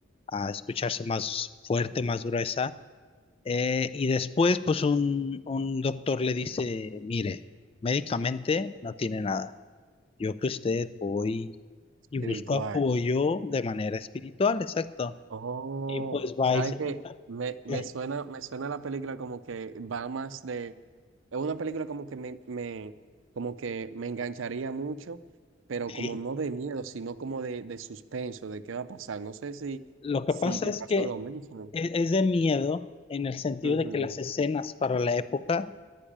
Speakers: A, on the left; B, on the right.
A: a escucharse más fuerte, más gruesa. Eh, y después, pues un, un doctor le dice, mire, médicamente no tiene nada. Yo que usted voy
B: espiritual.
A: y busco apoyo de manera espiritual, exacto.
B: Oh,
A: Y pues va
B: ¿sabes
A: y se
B: qué?
A: junta.
B: Me, me
A: Sí,
B: suena, me suena la película como que va más de, es una película como que me, me, como que me engancharía mucho, pero
A: sí.
B: como no de miedo, sino como de, de suspenso, de qué va a pasar. No sé si,
A: Lo que
B: si
A: pasa
B: te
A: es
B: pasó
A: que
B: lo mismo.
A: e- es de miedo en el sentido
B: Ujú.
A: de que las escenas para la época